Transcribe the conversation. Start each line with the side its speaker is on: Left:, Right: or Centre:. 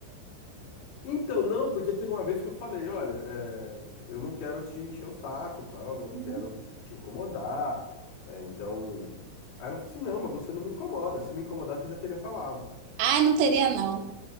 Left: Então, não, porque teve uma vez que eu falei, olha, é, eu não quero te encher o saco, tal, né? Eu não
Right: Uhum.
Left: quero te incomodar. é, então. Aí ela falou assim, não, mas você não me incomoda. Se me incomodasse, eu já teria falado.
Right: Ah, não teria não.